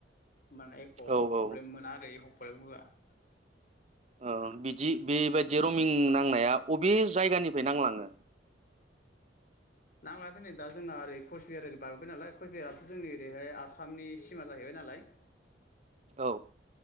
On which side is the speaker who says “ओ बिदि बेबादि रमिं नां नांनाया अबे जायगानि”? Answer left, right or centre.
Right